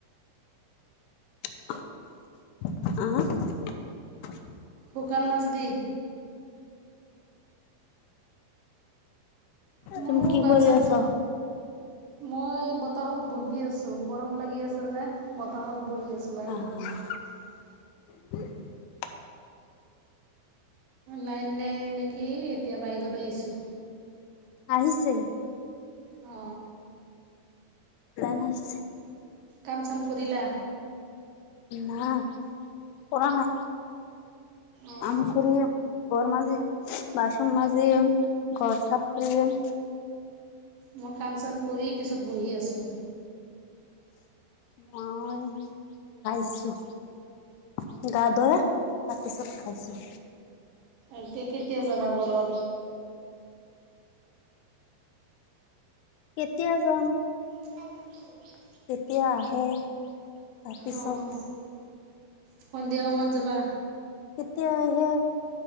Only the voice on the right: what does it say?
শুকান মাছ দি ময়ো
ভাত
চাত
মই বতাহত বহি আছো গৰম লাগি আছে যে বতাহত বহি আছো বাহিৰত
লাইন নাই নিকি এতিয়া বাহিৰত আহিছো
অ
কাম চাম কৰিলা
অঁ
মই কাম চাম কৰি পিছত বহি আছোঁ
এতিয়া কেতিয়া যাবা ঘৰত
<unintelligible>
অঁ সন্ধিয়া সময়ত যাবা